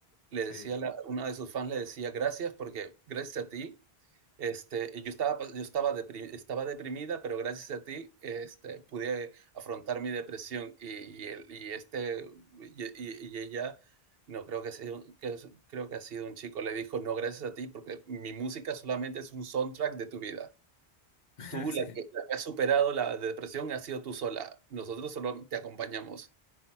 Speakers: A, on the right; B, on the left.
A: le
B: Sí,
A: decía, la- una de sus fans le decía, gracias porque gracias a ti este, yo estaba, yo estaba, depri- estaba deprimida, pero gracias a ti este, pude afrontar mi depresión y, y el- y este, y, y- y ella, no creo que, sea, un- que es- creo que ha sido un chico, le dijo, no, gracias a ti, porque mi música solamente es un soundtrack de tu vida.
B: <laughs>
A: Tú,
B: sí.
A: la que, la que has superado la depresión, has sido tú sola. Nosotros solo te acompañamos.